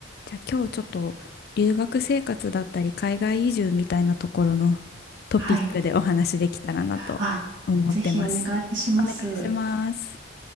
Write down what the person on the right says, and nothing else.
はい。あ、ぜひお願いします。